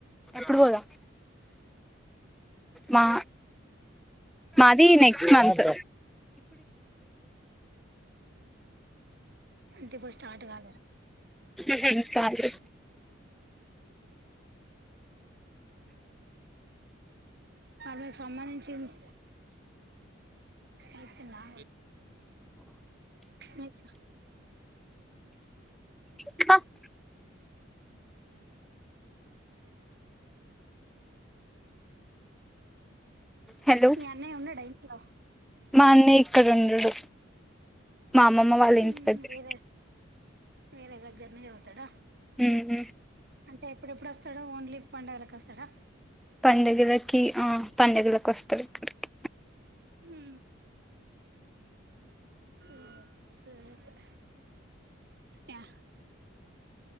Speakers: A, in the centre; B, on the right.
A: ఎప్పుడు పోదాం మా మాది నెక్స్ట్ మంత్
B: అంటె ఇప్పు స్టార్ట్ కా
A: ఊహు కాదు
B: హు సంబంధించింది అయిపోయిందా నెక్స్ట్
A: <unintelligible> హలో
B: మీ అన్నయ ఉన్నాడా ఇంట్లో
A: మా అన్నయ్య ఇక్కడ ఉండడు మా అమ్మమ్మ వాళ్ళ
B: ఉహు
A: ఇంటి దగ్గర
B: వేరే వేరే దగ్గరానే పోతాడ
A: ఊ ఉ
B: అంటే ఎప్పుడెప్పుడు వస్తాడు ఓన్లీ పండుగలకు వస్తాడా
A: పండగలకి ఆ పండగల కి వస్తడు కొడుకు
B: ఊ వస్తాడు యా